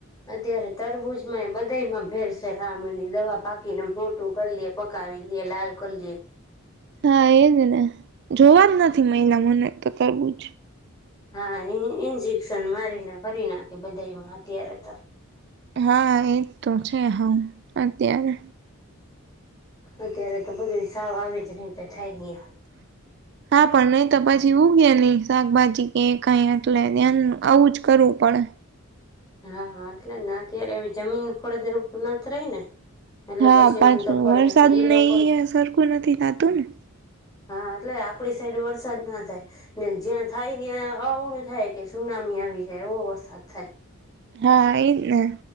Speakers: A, on the left (about 15°); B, on the right (about 50°).
A: અત્યારે તરબૂજમાં એ બધા માં ભેરસે રામીની દવા પાકીને મોટું કરી લ પકાવી લેએ લાલ કરી લએ.
B: હા એજ ને, જોવા જ નથી મહિલા મને તો કરવું જ.
A: હા ઇન્જેકશન મારીને કરી નાખે બધામાં અત્યારે તો.
B: હા એજ તો છે હ અત્યારે.
A: અત્યારે તો બધું સાવ આવી જ નહી તો થાય ગઈ.
B: હા પણ નહી તો પછી ઉગે નહી શાકભાજી કે કઈ એટલે ધ્યાન આવું જ કરવું પડે.
A: હા એટલે અત્યારે એવી જમીન ફળદૃપ ના રહી ને. એટલે
B: હા
A: પછી
B: પાછું
A: વાંધો પડે
B: વરસાદને
A: એટલે ઈ લોકો
B: એ સરખું નથી થતું ને.
A: હા એટલે આપડી સાઈડ વરસાદ ના થાય, ને જ્યાં થાય ત્યાં અવડું થાય કે સુનામી આવી જાય એવો વરસાદ થાય.
B: હા એ જ ને